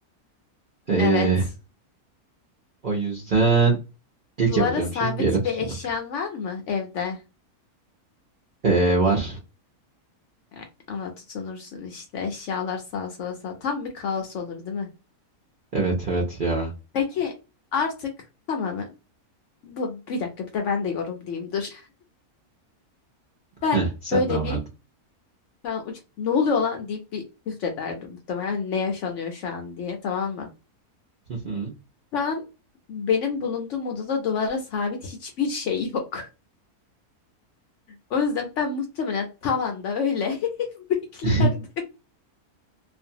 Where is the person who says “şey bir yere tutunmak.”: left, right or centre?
Right